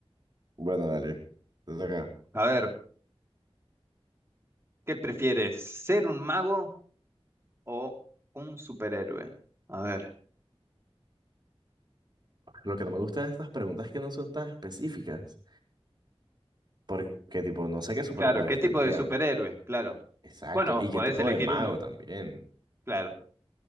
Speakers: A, on the right; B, on the right.
A: Bueno, dale. Te toca.
B: A ver, ¿qué prefieres? ¿Ser un mago? o un superhéroe? A ver.
A: Lo que no me gusta de estas preguntas es que no son tan específicas. Porque, tipo, no sé qué superpoderes
B: Claro, ¿qué tipo
A: tendría.
B: de superhéroe? Claro.
A: Exacto.
B: Bueno,
A: Y qué
B: podés
A: tipo
B: elegir
A: de mago
B: uno.
A: también.
B: Claro.